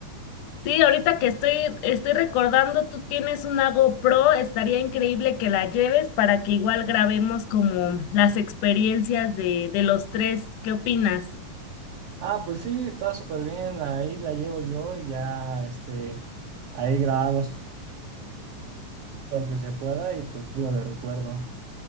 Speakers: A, on the left; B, on the right.
A: Sí, ahorita que estoy, estoy recordando, tú tienes una GoPro, estaría increíble que la lleves para que igual grabemos como las experiencias de, de los tres. ¿Qué opinas?
B: Ah, pues sí, está súper bien, ahí la llevo yo y ya este, ahí grabamos lo que se pueda y pues lo de recuerdo.